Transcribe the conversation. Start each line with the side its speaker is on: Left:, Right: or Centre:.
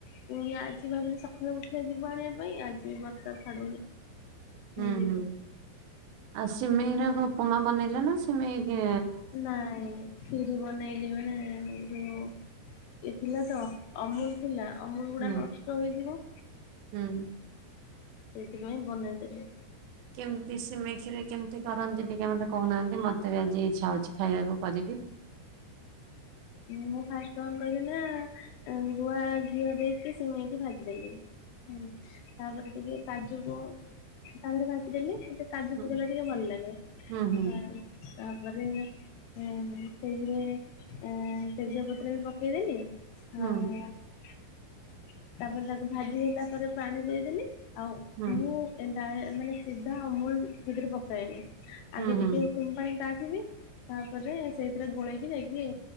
Left: ପୁଣି ଆଜି ଭାବିଲି ସକାଳୁ ଉଠିଲେ ଯିବୁ ଆଣିବା ପାଇଁ ଆଜି ବି ବର୍ଷା ଛାଡୁନି। ପୁଣି
Right: ହୁଁ
Left: ଯିବୁ
Right: ହୁଁ। ଆଉ ସିମେଇର ଉପମା ବନେଇଲ ନା ସିମେଇ ଗେ
Left: ନାଇଁ ଖିରି ବନେଇଲି ମାନେ ଅମୁଲ ଏ ଥିଲା ତ। ଅମୁଲ ଥିଲା ଅମୁଲ ଗୁଡା
Right: ହୁଁ
Left: ନଷ୍ଟ ହେଇଯିବ।
Right: ହୁଁ।
Left: ଏଇଥିପାଇଁ ବନେଇ ଦେଲି।
Right: କେମତି ସିମେଇ ଖିରିରେ କେମତି କରନ୍ତି ଟିକେ ମତେ କହୁନାହାନ୍ତି? ମତେ ବି ଆଜି ଇଚ୍ଛା ହଉଛି ଖାଇବାକୁ କରିବି।
Left: ମୁଁ ମୁଁ ଫାଷ୍ଟ କ'ଣ କରିଲି ନା ଆ ଗୁଆ ଘିଅ ଦେଇକି ସିମେଇ କି ଭାଜି ଦେଲି। ହୁଁ, ତାପରେ ଟିକେ କାଜୁକୁ ତାପରେ ଭାଜି ଦେଲି ଟିକେ। କାଜୁ
Right: ହୁଁ
Left: ପକେଇଲା ଟିକେ ଭଲ ଲାଗେ।
Right: ହୁଁ ହୁଁ
Left: ଆ ତାପରେ ଉଁ ସେଇଥିରେ ଉଁ ତେଜପତ୍ର ବି ପକେଇ ଦେଲି।
Right: ହୁଁ।
Left: ଆଉ ତାପରେ ତାକୁ ଭାଜି ହେଲା ପରେ ପାଣି ଦେଇଦେଲି ଆଉ
Right: ହୁଁ
Left: ମୁଁ ଏନ୍ତା ଏ ମାନେ ସିଧା ଅମୁଲ ଭିତରେ ପକାଏନି
Right: ହୁଁ
Left: ଆଗେ
Right: ହୁଁ
Left: ଟିକେ ଉସୁମ ପାଣି କାଢିବି ତାପରେ ସେଇଥିରେ ଗୋଳେଇକି ଯାଇକି